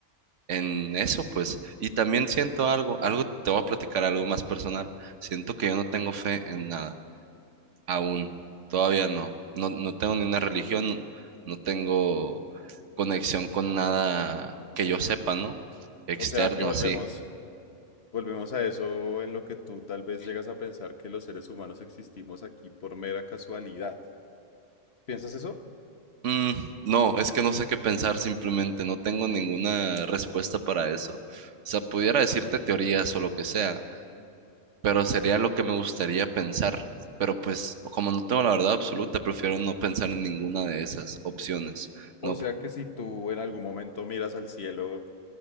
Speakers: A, on the right; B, on the left.
A: en eso, pues. Y también siento algo, algo, te voy a platicar algo más personal. Siento que yo no tengo fe en nada, aún, todavía no. No, no tengo ni una religión, no tengo conexión con nada que yo sepa, ¿no? Externo,
B: O sea, que volvemos,
A: así.
B: volvemos a eso en lo que tú tal vez llegas a pensar que los seres humanos existimos aquí por mera casualidad. ¿Piensas eso?
A: Mm, no, es que no sé qué pensar simplemente, no tengo ninguna respuesta para eso. O sea, pudiera decirte teorías o lo que sea, pero sería lo que me gustaría pensar. Pero pues, como no tengo la verdad absoluta, prefiero no pensar en ninguna de esas opciones.
B: O
A: No,
B: sea que si tú en algún momento miras al cielo